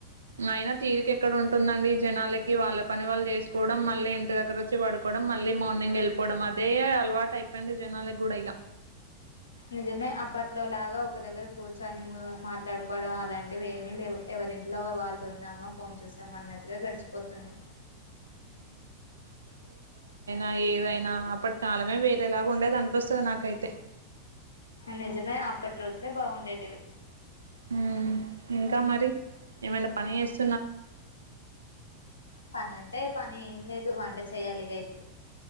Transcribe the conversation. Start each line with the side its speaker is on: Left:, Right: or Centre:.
Right: అయినా తీరిక ఎక్కడ ఉంటుందండి ఈ జనాలకి వాళ్ళ పని వాళ్ళు చేసుకోవడం మళ్ళీ ఇంటి దగ్గర వచ్చి పడుకోవడం మళ్ళీ మార్నింగ్ వెళ్ళిపోవడం అదే అలవాటు అయిపోయింది జనాలకి గూడ ఇక
Left: నిజమే అప్పట్లోలాగా ఒక దగ్గర కూర్చొని బో మాట్లాడుకోవడం అలాంటివి ఏమీ లేవు ఎవరింట్లో వాళ్ళు ఉన్నామా ఫోన్ చూసామా అన్నట్టుగా గడిచిపోతుంది
Right: ఆ ఏదైనా అప్పటి కాలమే వేరేలాగ ఉండేది అనిపిస్తుంది నాకైతే
Left: నిజమే అప్పటి రోజులే బాగుండేటివి
Right: హ్మ్ ఇంకా మరి ఏమైనా పనిచేస్త
Left: పని అంటే పని లేదు వంట చేయాలిగా ఇప్పుడు